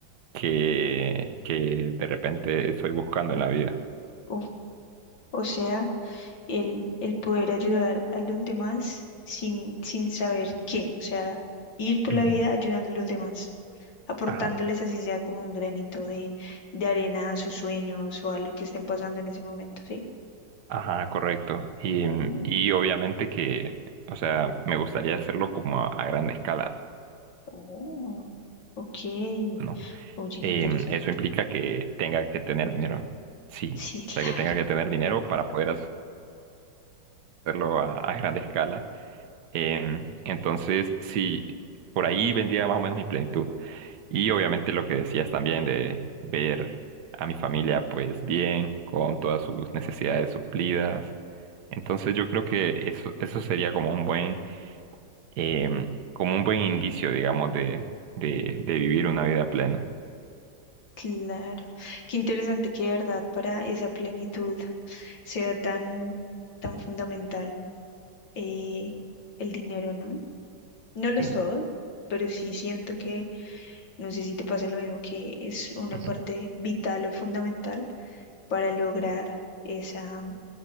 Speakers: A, on the right; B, on the left.
A: que, que de repente estoy buscando en la vida.
B: Uf, O sea, el, el poder ayudar a los demás sin, sin saber qué. O sea, ir por
A: Ujú.
B: la vida ayudando a los demás, aportándoles
A: Ajá,
B: así sea como un granito de, de arena a sus sueños o a lo que estén pasando en ese momento, ¿sí?
A: ajá, correcto. Y,
B: Oh,
A: y obviamente que, o sea, me gustaría hacerlo como a, a gran escala,
B: oh, ok.
A: ¿no?
B: Oye,
A: Em,
B: qué interesante.
A: eso implica que tenga que tener dinero. Sí,
B: Sí, <laughs> claro.
A: o sea, que tenga que tener dinero para poder hacerlo a, a gran escala Em, entonces, sí, por ahí vendría más o menos mi plenitud. Y obviamente lo que decías también de ver a mi familia pues bien, con todas sus necesidades suplidas. Entonces yo creo que eso, eso sería como un buen, em, como un buen indicio, digamos, de, de, de vivir una vida plena.
B: Claro, qué interesante que de verdad para esa plenitud sea tan, tan fundamental eh, el dinero, ¿no? No lo
A: Sí.
B: es todo, pero sí siento que, no sé si te pasa lo mismo, que es una
A: Ujú.
B: parte vital o fundamental para lograr esa,